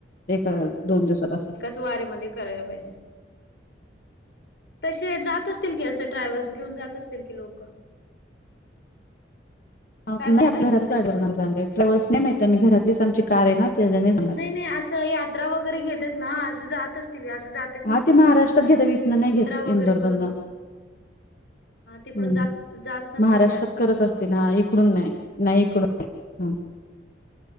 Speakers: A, on the left; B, on the left.
A: एक दोन दिवसात असं
B: तवारीमध्ये करायला पाहिजे. तसे जात असतील की असं ट्रॅव्हल्स घेऊन जात असतील की लोक काय
A: नाही
B: म्हणलं
A: आपल्या घरात गाडी होणार जाणार आहे ट्रॅव्हल्स नाही माहित आहे मी घरातलीच आमची कार आहे ना त्यानेच
B: नाय नाई असं यात्रा वगैरे घेतेत ना असं जात असतील असं जात
A: हा ते महाराष्ट्रात घेतात इथनं नाही घेत
B: वगैरे
A: इंदोर
B: करून
A: मधन हम्म
B: हा तिकडून जात जात नसतील
A: महाराष्ट्रात
B: जास्त
A: करत
B: लोक
A: असतील ना इकडून नाय. नाही इकडून.